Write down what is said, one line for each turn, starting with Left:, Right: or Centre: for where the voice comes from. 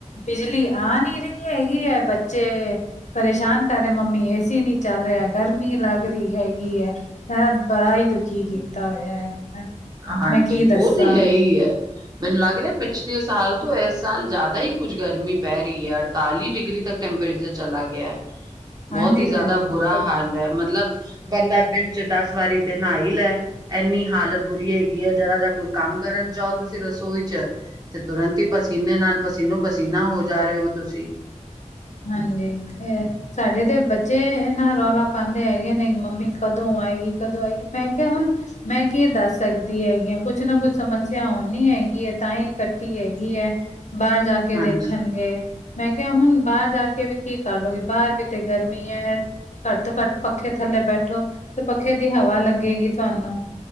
Left: ਬਿਜਲੀ ਆ ਨਹੀਂ ਰਹੀ ਹੈਗੀ ਹੈ। ਬੱਚੇ। ਪਰੇਸ਼ਾਨ ਕਰ ਰਹੇ ਮੰਮੀ ਏਸੀ ਨਹੀਂ ਚੱਲ ਰਿਹਾ ਗਰਮੀ ਲੱਗ। ਹੈਗੀ ਹੈ ਮੈਂ ਬੜਾ ਹੀ ਦੁਖੀ ਕੀਤਾ ਹੋਇਆ।
Right: ਹਾਂਜੀ
Left: ਮੈਂ ਕੀ
Right: ਉਹ
Left: ਦੱਸਾਂ
Right: ਤੇ ਹੈ। ਹੀ ਹੈ। ਮੈਨੂੰ ਲੱਗ ਰਿਹਾ ਪਿਛਲੇ ਸਾਲ ਤੋਂ ਇਸ ਸਾਲ ਜ਼ਿਆਦਾ ਹੀ। ਕੁਛ ਗਰਮੀ ਪੈ ਰਹੀ ਹੈ। ਅੜਤਾਲੀ ਡਿਗਰੀ ਤੱਕ ਟੈੈਂਪਰੇਚਰ ਚਲਾ ਗਿਆ। ਬਹੁਤ
Left: ਹਾਂਜੀ
Right: ਹੀ ਜ਼ਿਆਦਾ
Left: ਹਾਂਜੀ ਬਿਲਕੁਲ
Right: ਬੁਰਾ ਹਾਲ ਹੈ। ਮਤਲਬ। ਬੰਦਾ ਦਿਨ ਚ ਦਸ ਵਾਰੀ ਤੇ ਨਹਾ ਹੀ ਲੈ ਇੰਨੀ ਹਾਲਤ ਬੁਰੀ। ਹੈਗੀ ਹੈ। ਜਿਰਾਾ ਜਾਂ ਕੁ। ਕੰਮ ਕਰਨ ਜਾਓ ਤੁਸੀਂ ਰਸੋਈ ਚ। ਤੇ ਤੁਰੰਤ ਹੀ ਪਸੀਨੇ ਨਾਲ ਪਸੀਨੋ ਪਸੀਨਾ ਹੋ ਜਾ ਰਹੇ ਹੋ ਤੁਸੀਂ।
Left: ਹਾਂਜੀ ਫਰ। ਸਾਡੇ ਤੇ ਬੱਚੇ ਇੰਨਾ ਰੌਲਾ ਪਾਉਂਦੇ ਹੈਗੇ ਨੇ ਮੰਮੀ ਕਦੋਂ ਆਏਗੀ ਕਦੋਂ ਆਏਗੀ ਮੈਂ। ਹੁਣ ਮੈਂ ਕੀ ਦੱਸ ਸਕਦੀ। ਹੈਗੀਆਂ ਕੁਛ ਨਾ ਕੁੱਛ ਸਮੱਸਿਆ ਹੋਣੀ ਹੈਗੀ ਹੈ। ਤਾਂ ਹੀ ਕੱਟੀ ਹੈਗੀ ਹੈ। ਬਾਹਰ। ਜਾ ਕੇ
Right: ਹਾਂਜੀ।
Left: ਦੇਖਣਗੇ ਮੈਂ ਕਿਹਾ ਹੁਣ। ਬਾਹਰ ਜਾ ਕੇ ਵੀ ਕੀ ਕਰਲੋਗੇ ਬਾਹਰ ਵੀ ਤੇ ਗਰਮੀ ਹੈ। ਘੱਟ ਤੋਂ ਘੱਟ ਪੱਖੇ ਥੱਲੇ ਬੈਠੋ ਤੇ ਪੱਖੇ ਦੀ ਹਵਾ ਲੱਗੇਗੀ ਤੁਹਾਨੂੰ।